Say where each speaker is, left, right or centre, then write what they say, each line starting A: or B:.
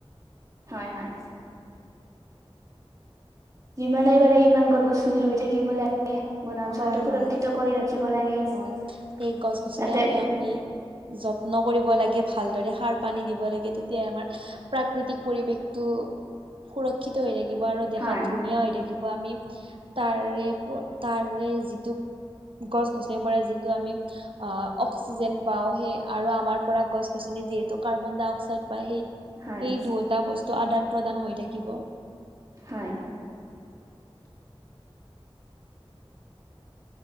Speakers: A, on the right (about 35°); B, on the right (about 60°).
A: হয়-হয়। যিমানেই পাৰে সিমান গছ-গছনি ৰুই থাকিব লাগে। বনাঞ্চলটো
B: হয়
A: সুৰক্ষিত
B: হয়
A: কৰি ৰাখিব লাগে। তাতে
B: হয় সেই গছ গছনি আমি আমি যত্ন কৰিব লাগে ভালদৰে সাৰ পানী দিব লাগে তেতিয়াই আমাৰ প্ৰাকৃতিক পৰিৱেশটো সুৰক্ষিত হৈ থাকিব আৰু দেখাত
A: হয়
B: ধুনীয়া হৈ থাকিব আমি, তাৰে তাৰে যিটো, গছ -গছনি পৰা যিটো আমি আহ', অক্সিজেন পাওঁ সেই আৰু আমাৰ পৰা গছ- গছনি যিহেতু কাৰ্বন ডাই অক্সাইড পায় সেই
A: হয়
B: সেই দুয়োটা বস্তু আদান প্ৰদান হৈ থাকিব।
A: হয়।